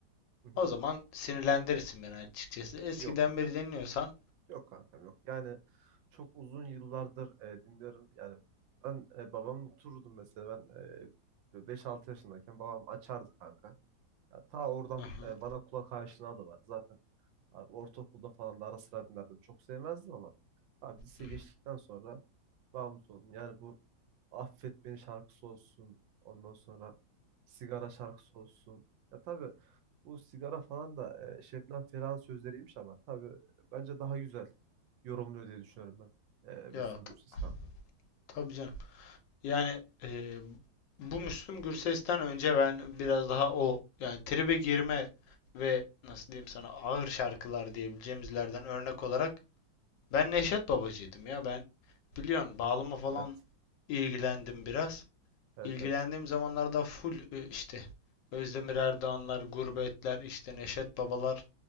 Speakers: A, on the right (about 80°); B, on the left (about 75°).
A: Hı hı.
B: o zaman sinirlendirirsin beni açıkçası. Eskiden
A: Yok yok.
B: beri dinliyorsan
A: Yok kankam yok. Yani çok uzun yıllardır e, dinlerim. Yani ben e, babamla otururdum mesela ben e, böyle 5 yaşındayken babam açardı kanka. Ya, ta oradan
B: Hı hı,
A: e, bana kulak aşinalığı var. Zaten abi ortaokulda falan da ara sıra dinlerdim. Çok sevmezdim ama abi lise
B: hı hı.
A: geçtikten sonra bağımlısı oldum. Yani bu Affet Beni şarkısı olsun. Ondan sonra Sigara şarkısı olsun. Ya tabii bu sigara falan da e, Şebnem Ferah'ın sözleriymiş ama tabii bence daha güzel yorumluyor diye düşünüyorum ben. E, Müslüm
B: ya
A: Gürses
B: ta-
A: kanka.
B: tabii canım. Yani e, bu Müslüm Gürses'ten önce ben biraz daha o yani tribe girme ve nasıl diyeyim sana ağır şarkılar diyebileceğimizlerden örnek olarak Ben Neşet Babacıydım ya ben. Biliyorsun bağlama falan
A: Evet.
B: ilgilendim biraz.
A: Evet
B: İlgilendiğim
A: evet.
B: zamanlarda full e, işte Özdemir Erdoğanlar, Gurbetler, işte Neşet Babalar,